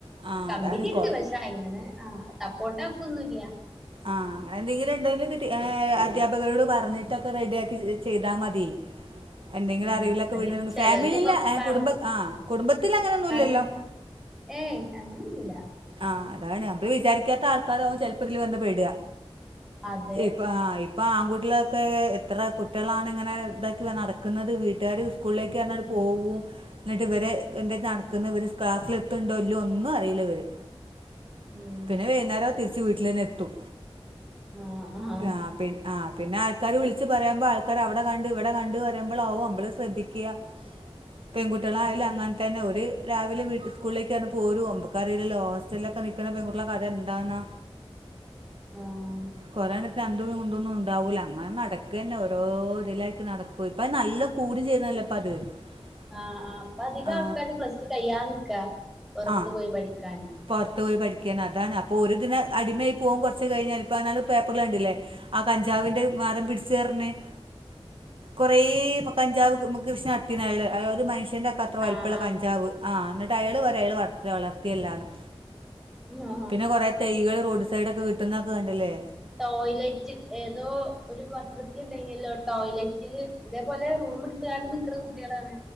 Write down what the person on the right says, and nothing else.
ആ
അതാണ്
കോള
ആഹ് അങ്ങനെ എന്തെങ്കിലും ഉണ്ടെങ്കിലും ടീ അദ്ധ്യാപകരോട് പറഞ്ഞിട്ടൊക്കെ റെഡിയാക്കി ചെയ്താൽ മതി എന്തെങ്കിലും
അറിവിലൊക്കെ
വീണണങ്കിൽ
ഫാമിലില്
കുടും ആ കുടുംബത്തിൽ അങ്ങനെയൊന്നും
ഇല്ലല്ലോ
ആഹ് അതാണ് നമ്മള് വിചാരിക്കാത്ത ആൾക്കാരാവും ചെലപ്പം ഇതില് വന്ന് പെടുക,
ഇപ്പ ആഹ് ഇപ്പൊ ആൺകുട്ടിലൊക്കെ എത്ര കുട്ടികളാണ് ഇങ്ങനെ ഇതാക്കി നടക്കുന്നത് വീട്ടുകാര് സ്കൂളിലേക്ക്
പറഞ്ഞാട്ട്
പോവും എന്നിട്ട് ഇവരെ എന്ത നടക്കുന്ന ഇവർ ക്ലാസ്സൽ എത്തുന്നുണ്ടോ ഇല്ലോ ഒന്നും അറിയില്ല ഇവര്
പിന്നെ വൈകുന്നേരം തിരിച്ച് വീട്ടിലന്നെ എത്തും
ആ പിന്നെ ആ പിന്നെ ആൾക്കാർ വിളിച്ച് പറയുമ്പോൾ ആൾക്കാർ അവിടെ കണ്ട് ഇവിടെ കണ്ട് പറയുമ്പോൾ ആകും നമ്മൾ ശ്രദ്ധിക്കുക <unintelligible> പെൺകുട്ടികളായാലും
അങ്ങനതന്നെ ഓര് രാവിലെ വീട്ടീന്ന് സ്കൂളിലേക്ക് പറഞ്ഞ് പോരും അമ്പക്കറില്ലല്ലോ ഹോസ്റ്റലിലൊക്കെ നിക്കുന്ന പെൺകുട്ടികളെ കഥ എന്താന്നാ
കൊറേണ്ണത്തിന് ന്തവും കുന്തൊന്നും ഉണ്ടാവൂല അങ്ങനെ നടക്കന്നെ ഓരോ ഇതിലാക്കി നടക്കും, ഇപ്പത് നല്ല കൂടി ചെയ്ത്ണല്ലോ ഇപ്പ അത് <unintelligible>
ആ
ആ
പുറത്ത് പോയി പഠിക്കാന് അതാണ് അപ്പോര് പിന്നെ അടിമയായി പോവും കുറച്ച് കഴിഞ്ഞാല് പതിനാൽ പേപ്പറിൽ കണ്ടില്ലേ.
ആ കഞ്ചാവിന്റെ മരം പിടിച്ചു പറഞ്ഞാണ്ട്. കുറേ കഞ്ചാവ് കൃഷി നടത്തിന് അയാള്. ആ ഒരു മനുഷ്യന്റെ കഥ അത്ര വലിപ്പമുള്ള
കഞ്ചാവ്. ആ എന്നിട്ട് അയാൾ പറയുവാ. അയാൾ വളർത്തി, വളർത്തിയല്ലന്ന്
പിന്നെ കുറെ തൈകൾ റോഡ് സൈഡൊക്ക കിട്ടുന്നൊക്കെ കണ്ടില്ലേ